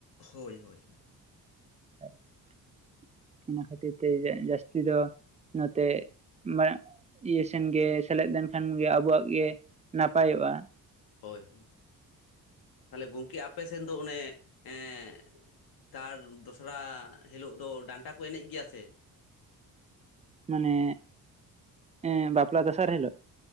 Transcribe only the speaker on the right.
<unintelligible> ᱚᱱᱟ ᱠᱷᱟᱹᱛᱤᱨ ᱛᱮ ᱡᱟᱹᱥᱛᱤ ᱫᱚ ᱱᱚᱛᱮ ᱵᱟᱜ ᱤᱭᱟᱹ ᱥᱮᱱ ᱜᱮ ᱥᱮᱞᱮᱫ ᱞᱮᱱᱠᱷᱟᱱ ᱜᱮ ᱟᱵᱚᱣᱟᱜ ᱜᱮ ᱱᱟᱯᱟᱭᱚᱜᱼᱟ
ᱢᱟᱱᱮ ᱮᱸ ᱵᱟᱯᱞᱟ ᱫᱚᱥᱟᱨ ᱦᱤᱞᱚᱜ